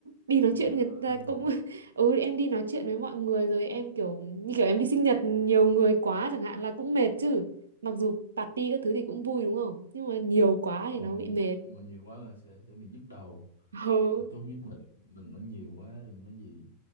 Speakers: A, on the right; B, on the left.
A: đi nói
B: có
A: chuyện
B: vụ
A: người
B: đó
A: ta
B: nữa
A: cũng
B: hả
A: <laughs> ừ em đi nói chuyện với mọi người rồi em kiểu như kiểu em đi sinh nhật nhiều người quá chẳng hạn là cũng mệt chứ. Mặc dù party các thứ thì cũng vui đúng không? Nhưng mà nhiều quá
B: Ờ,
A: thì nó bị mệt.
B: nhưng mà nhiều quá là sẽ sẽ bị nhức đầu
A: <laughs> Ừ.
B: Là tốt nhất là đừng, đừng có nhiều quá đừng có gì